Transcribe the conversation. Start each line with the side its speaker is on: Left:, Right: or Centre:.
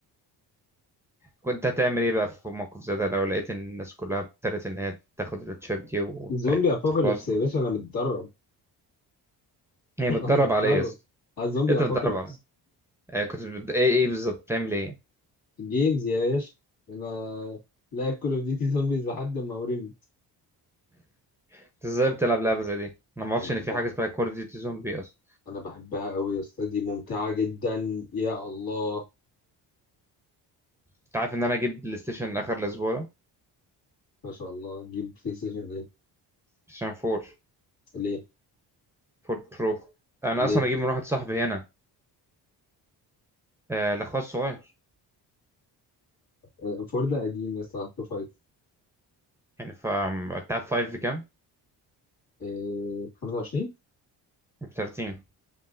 Centre: كنت هتعمل ايه بقى في موقف زي ده لو لقيت ان الناس كلها ابتدت ان هي تاخد التشيب دي وبقت
Left: زومبي أبوكاليبس
Centre: خلاص
Left: يا باشا أنا متدرب <laughs>
Centre: هي
Left: أنا
Centre: متدرب
Left: متدرب
Centre: عليه
Left: على زومبي
Centre: ايه ده
Left: أبوكاليبس
Centre: متدرب عليه آه كنت بت- ايه ايه بالظبط بتعمل ايه
Left: جيمز يا باشا أنا لاعب كول أوف ديوتي زومبيز لحد ما ورمت
Centre: انت ازاي بتلعب لعبه زي دي انا ما اعرفش
Left: أنا بحبها
Centre: ان في حاجه اسمها كول اوف ديوتي زومبي اصلا
Left: أنا بحبها أوي يا أسطى دي ممتعة جدا يا الله
Centre: انت عارف ان انا اجيب بلاي ستيشن اخر الاسبوع ده بلاي
Left: ما شاء الله جيب بلاي ستيشن ليه
Centre: ستيشن 4
Left: ليه
Centre: 4 برو انا
Left: ليه
Centre: اصلا اجيب من واحد صاحبي هنا آه الاخوات الصغير
Left: آه، فور ده قديم يا اسطى هتشوف فايف
Centre: يعني ف انت عارف 5 بكام
Left: إيه 25
Centre: ب 30